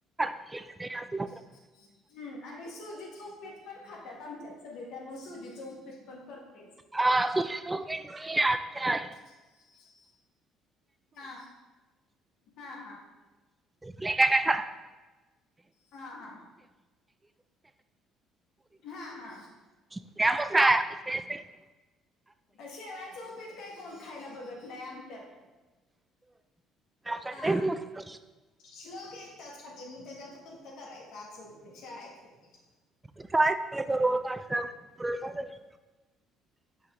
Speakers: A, on the right; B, on the left.
A: <unintelligible>
B: <inaudible> हम्म आणि सुजीची उपीट पण खात्यात आमच्यात सगळी त्यामुळ सुजीच उपीट पण करतोयच.
A: <unintelligible> <unintelligible> आजच्या आज
B: <inaudible> हा, हा हा.
A: लई काय काय <unintelligible>
B: हा हा, हा हा
A: त्यामुळं <unintelligible>
B: अ शेवळ्याच उपीट काय कोण खायला बघत नाही आमच्यात
A: कस
B: हा
A: <unintelligible> मस्त
B: श्लोक एकटाच खातोय म त्यज्या पूरत करायचं असं हुतंय शळ्याच उपीट
A: काय करायचा रोज नाष्टा? प्रेरणा <unintelligible>